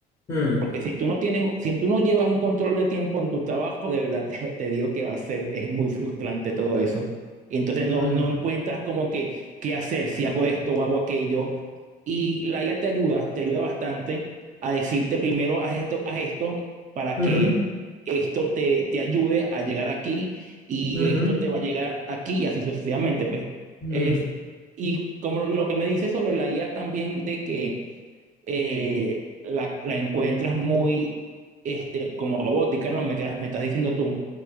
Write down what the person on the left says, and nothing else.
mm,
mm,
ujú,
ujú,
mm.